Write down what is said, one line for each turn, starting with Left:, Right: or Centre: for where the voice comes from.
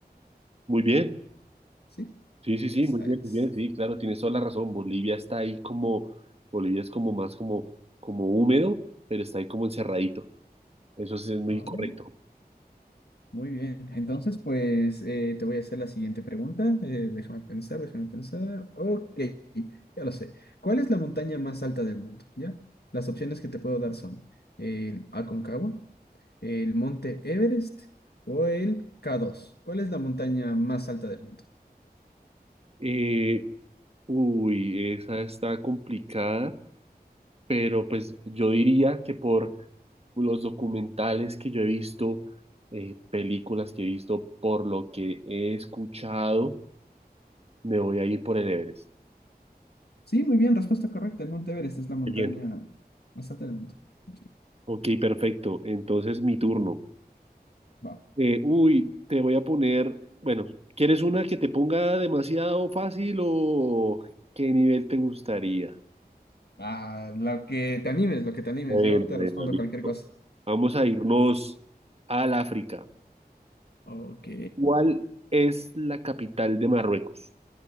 Right: Muy bien.
Left: ¿sí?
Right: Sí, sí, sí,
Left: Esa
Right: muy bien,
Left: es.
Right: muy bien, sí, claro, tienes toda la razón. Bolivia está ahí como, Bolivia es como más como, como húmedo, pero está ahí como encerradito. Eso sí es muy
Left: Ah.
Right: correcto.
Left: Muy bien, entonces pues eh, te voy a hacer la siguiente pregunta. Eh, déjame pensar, déjame pensar. Ok, ya lo sé. ¿Cuál es la montaña más alta del mundo? ¿Ya? Las opciones que te puedo dar son el Aconcagua, el Monte Everest o el K2. ¿Cuál es la montaña más alta del mundo?
Right: Eh, uy, esa está complicada, pero pues yo diría que por los documentales que yo he visto, eh, películas que he visto, por lo que he escuchado, me voy a ir por el Everest.
Left: Sí, muy bien, respuesta correcta. El Monte Everest es la montaña
Right: Bien,
Left: más alta del mundo. Sí,
Right: ok, perfecto. Entonces mi turno.
Left: va.
Right: Eh, uy, te voy a poner, bueno, ¿quieres una que te ponga demasiado fácil o qué nivel te gustaría?
Left: Ah, lo que te animes, lo que te animes.
Right: Bueno,
Left: Yo te
Right: bueno,
Left: respondo
Right: listo.
Left: cualquier cosa.
Right: Vamos a irnos al África.
Left: Ok.
Right: ¿Cuál es la capital de Marruecos?